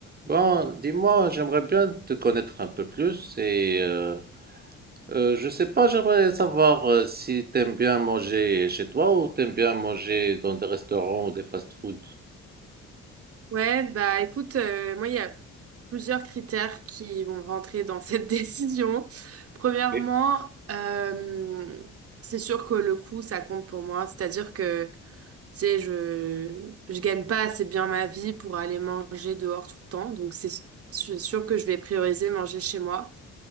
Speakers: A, on the right; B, on the right.
A: Bon, dis-moi, j'aimerais bien te connaître un peu plus et euh, euh, je sais pas, j'aimerais savoir euh, si t'aimes bien manger chez toi ou t'aimes bien manger dans des restaurants ou des fast-food.
B: Ouais, bah écoute, euh, moi il y a plusieurs critères qui vont rentrer dans cette <laughs> décision. Premièrement,
A: Ok.
B: euh, c'est sûr que le coût, ça compte pour moi. C'est-à-dire que, tu sais, je je gagne pas assez bien ma vie pour aller manger dehors tout le temps. Donc c'est c'est sûr que je vais prioriser manger chez moi.